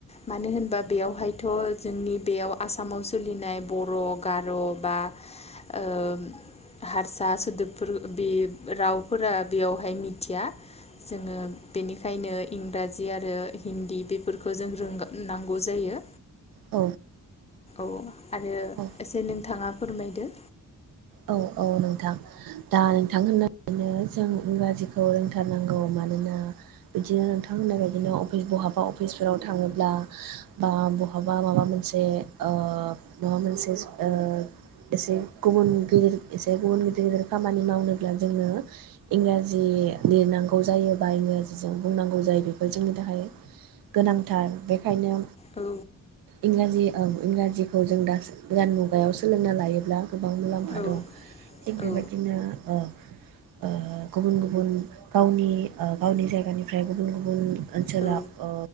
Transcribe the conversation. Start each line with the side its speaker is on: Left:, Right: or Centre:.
Left: मानो होनबा बेयावहायथ' जोंनि बेयाव आसामाव सोलिनाय बर' गार' बा ओ हारसा सोदोबफोर बे रावफोरा बेयावहाय मिथिया जोङो बेनिखायनो इंराजि आरो हिन्दी बेफोरखौ जों रों नांगौ जायो
Right: औ
Left: औ आरो
Right: औ
Left: एसे नोंथाङा फोरमायदो
Right: औ औ नोंथां दा नोंथां होननायनो जों इंराजिखौ रोंथारनांगौ मानोना बिदिनो नोंथां होननाय बायदिनो अफिस बहाबा अफिसफोराव थाङोब्ला बा बहाबा माबा मोनसे ओ माबा मोनसे ओ एसे गुबुन गिदिर एसे गुबुन गिदिर गिदिर खामानि मावनोब्ला जोंङो इंराजि लिरनांगौ जायो बा इंराजिजों बुंनांगौ जायो बेफोर जोंनि थाखाय गोनांथार बेखायनो
Left: औ
Right: इंराजि औ इंराजिखौ जों दा गोदान मुगायाव सोलोंना लायोब्ला गोबां मुला
Left: औ
Right: दं थिग बेबायदिनो
Left: औ
Right: ओ ओ गुबुन गुबुन गावनि ओ गावनि जायगानिफ्राय गुबुन गुबुन ओनसोलाव
Left: औ
Right: ओ